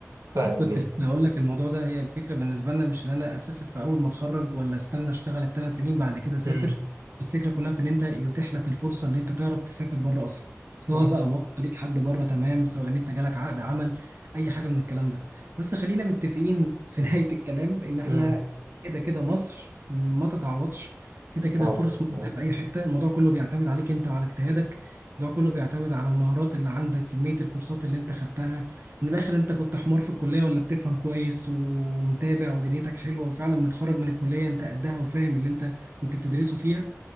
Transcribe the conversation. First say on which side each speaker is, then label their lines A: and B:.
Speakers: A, on the right; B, on the right.
A: فيعني
B: كنت لسه هقول لك الموضوع ده هي الفكره بالنسبه لنا مش ان انا اسافر في اول ما اتخرج ولا استنى اشتغل الثلاث سنين بعد كده اسافر
A: امم
B: الفكره كلها في ان انت يتيح لك الفرصه ان انت تعرف تسافر بره اصلا سواء
A: اه
B: بقى وقت ليك حد بره تمام سواء ان انت جالك عقد عمل اي حاجه من الكلام ده بس خلينا متفقين في <laughs> نهايه الكلام ان احنا
A: امم
B: كده كده مصر ما تتعوضش كده كده
A: اه
B: الفرص موجوده
A: آه.
B: في اي حته الموضوع كله بيعتمد عليك انت وعلى اجتهادك الموضوع كله بيعتمد على المهارات اللي عندك كميه الكورسات اللي انت خدتها من الاخر انت كنت حمار في الكليه ولا بتفهم كويس ومتابع ودنيتك حلوه وفعلا متخرج من الكليه انت قدها وفاهم اللي انت كنت بتدرسه فيها